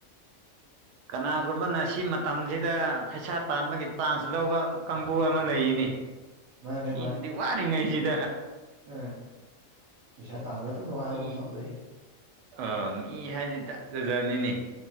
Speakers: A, on the right; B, on the right.
A: ꯀꯅꯥꯒꯨꯝꯕꯅ ꯁꯤ ꯃꯇꯝꯁꯤꯗ ꯄꯩꯁꯥ ꯇꯥꯟꯕꯒꯤ ꯆꯥꯟꯁ ꯂꯧꯕ ꯀꯥꯡꯕꯨ ꯑꯃ ꯂꯩꯔꯤꯅꯦ
B: ꯃꯥꯅꯦ
A: ꯃꯤ ꯅꯗꯤ ꯋꯥꯔꯤ ꯉꯩꯁꯤꯗ
B: ꯎ ꯄꯩꯁꯥ ꯇꯥꯟꯕ ꯑꯗꯨꯝ ꯅꯨꯡꯉꯥꯏꯕ
A: ꯃꯤ
B: ꯃꯐꯝ ꯂꯩ
A: ꯑ ꯃꯤ ꯍꯥꯏꯗꯤ ꯖꯥꯠ ꯖꯥꯠꯅꯤꯅꯦ